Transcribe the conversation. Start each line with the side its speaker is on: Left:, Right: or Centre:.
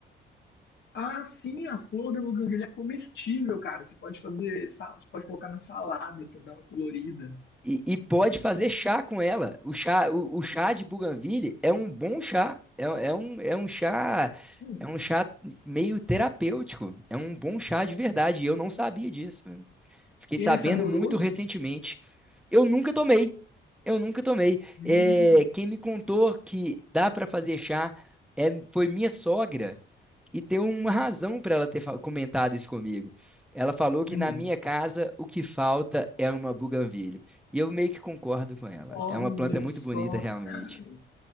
Left: Ah, sim, a flor da buganvília é comestível, cara. Você pode fazer, sal- você pode colocar na salada para dar uma colorida.
Centre: E, e pode fazer chá com ela. O chá, o, o chá de Bougainville é um bom chá. É, é um, é um chá,
Left: Hum.
Centre: é um chá meio terapêutico. É um bom chá de verdade. E eu não sabia disso. mano. Fiquei
Left: E
Centre: sabendo
Left: é saboroso?
Centre: muito recentemente. Eu nunca tomei. Eu nunca tomei.
Left: Hum,
Centre: É, quem me contou que dá para fazer chá é- foi minha sogra. E tem uma razão para ela ter fa- comentado isso comigo. Ela falou que
Left: hum.
Centre: na minha casa o que falta é uma buganvília. E eu meio que concordo com ela.
Left: Olha
Centre: É uma planta muito
Left: só,
Centre: bonita, realmente.
Left: cara.